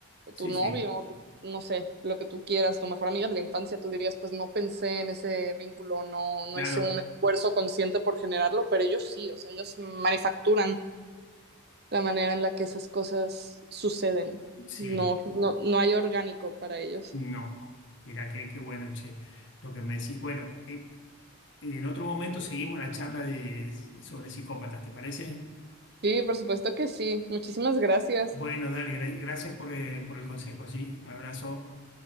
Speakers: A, on the left; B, on the right.
A: sí,
B: tu novio,
A: sí,
B: tu- no sé, lo que tú quieras, tu mejor amiga de la infancia, tú dirías, pues no pensé en ese vínculo, no, no
A: claro,
B: hice un esfuerzo consciente por generarlo, pero ellos sí, o sea, ellos manufacturan la manera en la que esas cosas suceden.
A: sí,
B: No, no, no hay orgánico para ellos.
A: no. Mira, qué, qué bueno, che, lo que me decís. Bueno, eh, en otro momento seguimos la charla de, sobre psicópatas, ¿te parece?
B: Sí, por supuesto que sí. Muchísimas gracias.
A: Bueno, dale, gra- gracias por, eh, por el consejo, sí. Abrazo.